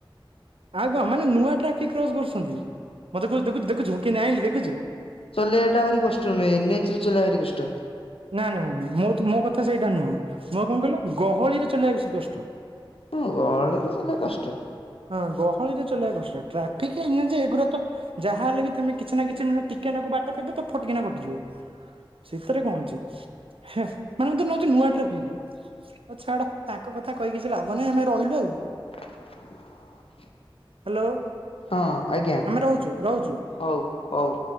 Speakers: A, on the right (about 75°); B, on the left (about 85°).
A: ଆଉକଁ ମାନେ ନୂଆ ଟ୍ରାଫିକ କ୍ରସ କରୁଛନ୍ତି ମତେ ଦେଖୁଛୁଁ ଦେଖୁଛୁଁ ମୁକେମିତି ଆଇଲି ଦେଖୁଛୁ।
B: ଚଲେଇବାଟା ଭାରି କଷ୍ଟ ନୁହେଁ ଏନ୍ ଏଚରେ ଚଲେଇବା ଭାରି କଷ୍ଟ।
A: ନା ନା ନା ମୁଁ ତୁମୋ କଥା ସେଇଟା ନୁହଁ ମୋ କଣ କହିଲ ଗହଳିରେ ଚଲେଇବା ବେଶୀ କଷ୍ଟ।
B: ହଁ ଗହଳିରେ ଚଲେଆ କଷ୍ଟ।
A: ହଁ ଗହଳିରେ ଚଲେଇବା କଷ୍ଟ ଟ୍ରାଫିକ ଏନ ଏଚ ଯେ ଏଗୁରା ତ ଯାହାହେଲେ ବି ତମେ କିଛି ନା କିଛି ମାନେ ଟିକେନାକୁ ବାଟ ପାଇବ ତ ଫଟକିନା କଟିଯିବ। ସେତରେ କଣ ଅଛି ମାନେ ତୁ ନେଉଚୁ ନୂଆ ଟ୍ରାଫିକ ଆଉ ଛାଡ ତାଙ୍କ କଥା କହି କିିଛି ଲାଭ ନାହିଁ ଆମେ ରହିଲୁ ଆଉ
B: <inaudible>
A: ହ୍ୟାଲୋ
B: ହଁ ଆଜ୍ଞା
A: ଆମେ ରହୁଛୁ ରହୁଛୁ।
B: ହଉ ହଉ।